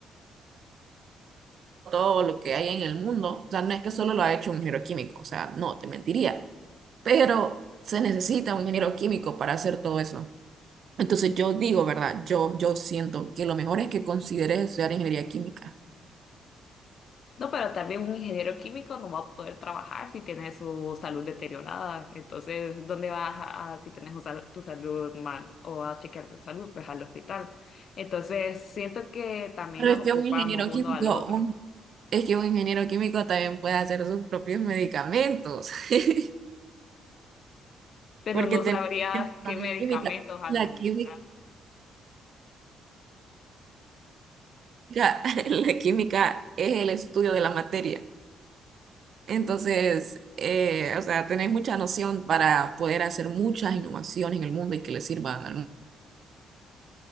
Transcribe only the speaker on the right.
todo lo que hay en el mundo, o sea, no es que solo lo ha hecho un ingeniero químico, o sea, no, te mentiría, pero se necesita un ingeniero químico para hacer todo eso. Entonces yo digo, ¿verdad? Yo, yo siento que lo mejor es que consideres estudiar ingeniería química.
Pero
es
que un ingeniero
químico,
un- es que un ingeniero químico también puede hacer sus propios medicamentos, <laughs>
porque
tenemos
que usar
la química.
La química, <laughs> la química es el estudio de la materia. Entonces, eh, o sea, tenés mucha noción para poder hacer muchas innovaciones en el mundo y que le sirvan al